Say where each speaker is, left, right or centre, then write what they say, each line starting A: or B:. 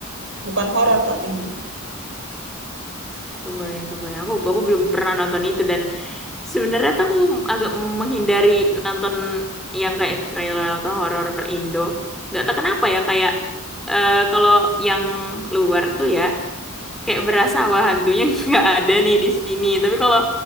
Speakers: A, on the right (about 60°); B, in the centre.
A: Bukan horor
B: Hmm,
A: tapinya.
B: kebayang kebayang. Aku aku belum pernah nonton itu dan sebenarnya tuh aku agak menghindari nonton yang kayak trailer atau horor Indo. Nggak tahu kenapa ya kayak eh, kalau yang luar tuh ya. kayak berasa wah hantunya <laughs> nggak ada nih di sini. Tapi kalau